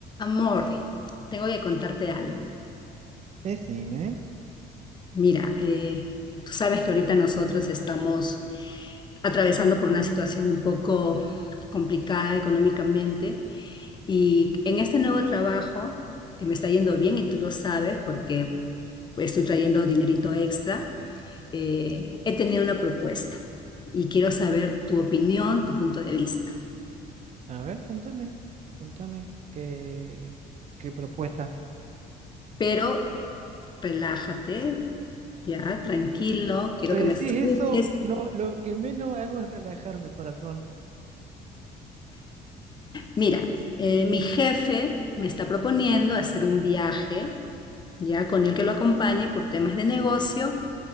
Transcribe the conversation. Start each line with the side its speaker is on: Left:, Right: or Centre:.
Left: Amor, tengo que contarte algo.
Right: Decime,
Left: Mira, eh, tú sabes que ahorita nosotros estamos atravesando por una situación un poco complicada económicamente y en este nuevo trabajo, que me está yendo bien y tú lo sabes porque pues, estoy trayendo dinerito extra, eh, he tenido una propuesta y quiero saber tu opinión, tu punto de vista.
Right: a ver, contame, contame qué, qué propuesta.
Left: Pero relájate, ya, tranquilo,
Right: Cuando
Left: quiero
Right: me
Left: que
Right: decís
Left: me escuches
Right: eso, no, lo que menos hago es relajarme, corazón.
Left: Mira, eh, mi jefe me está proponiendo hacer un viaje, ya con el que lo acompañe por temas de negocio,